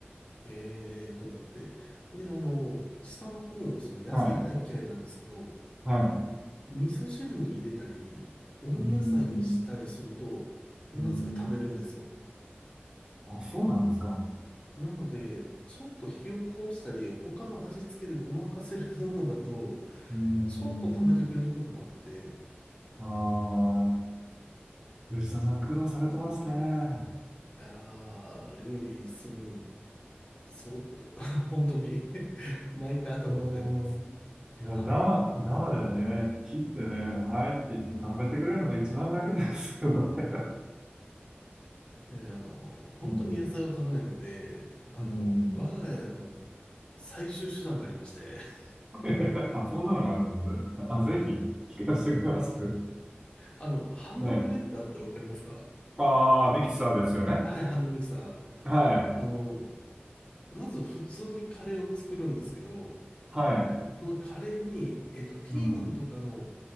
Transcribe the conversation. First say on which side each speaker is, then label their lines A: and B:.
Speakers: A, on the left; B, on the right.
A: ええー、と思って。で、あの、下の子もその野菜大っ嫌いなんですけど、
B: はいへーはい。えーはいはい
A: 味噌汁に入れたり、温野菜にしたりすると、
B: うん、
A: なぜか食べるんですよ。
B: うん。あ、そうなんですか。
A: なので、ちょっと火を通したり、他の味付けでごまかせるものだと、
B: うん。
A: ちょっと食べてくれることもあって、
B: ああ、吉田さん苦労されてますね。
A: いやー、料理するの、そう、<laughs> 本当に <laughs> 毎回頭抱えてます。
B: うん。いや、
A: あ、
B: 生、生でね、切ってね、はいって言って食べてくれるのが一番楽ですよね。
A: えーあの、本当に野菜を食べないので、
B: <laughs> うん、
A: あの、
B: うん。
A: 我が家の最終手段がありまして、<laughs>
B: <laughs> あ、そんなのがあるんですよそれあ、ぜひ、聞かせてくれます
A: あの、ハンドブレッダーってわかりますか
B: はい。ああ、ミキサーですよね。
A: はい、ハンドミキサー。
B: はい。
A: あの、まず普通にカレーを作るんですけど、
B: はい。
A: そのカレーに、えっと、ピーマンとかの
B: うん。